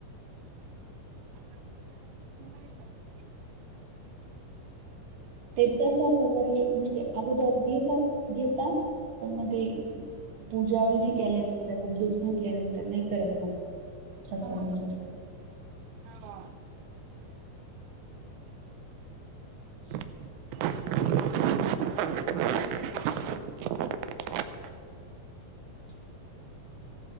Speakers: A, on the right; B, on the right.
A: येत. <inaudible>
B: ते प्रसाद वगैरे म्हणजे अगोदर घेतच घेता पण मग ते. पूजा विधी केल्यानंतर उपदेश घेतल्यानंतर नाही करत मग प्रसाद
A: हा
B: वगैरे.
A: हा. <inaudible>
B: <inaudible>